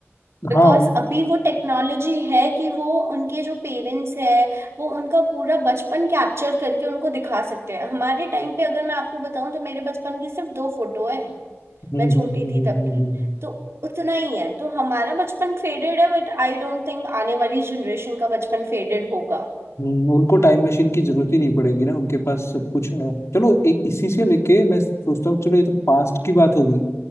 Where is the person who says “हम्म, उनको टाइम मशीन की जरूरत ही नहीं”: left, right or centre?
Left